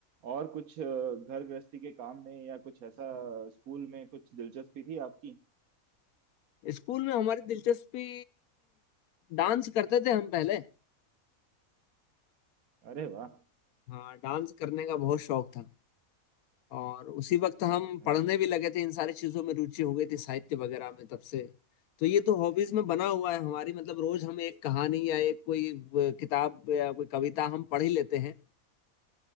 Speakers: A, on the right; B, on the left.
A: और कुछ अ, घर गृहस्थी के काम में या कुछ ऐसा स्कूल में कुछ दिलचस्पी थी आपकी
B: स्कूल में हमारी दिलचस्पी डांस करते थे हम पहले
A: अरे वाह
B: हाँ डांस करने का बहुत शौक था और उसी वक्त हम
A: अरे
B: पढ़ने भी लगे थे इन सारी चीजों में रुचि हो गई थी साहित्य वगैरह में तब से तो ये तो हॉबीज में बना हुआ है हमारी मतलब रोज हम एक कहानी या एक कोई अ, किताब या कोई कविता हम पढ़ ही लेते हैं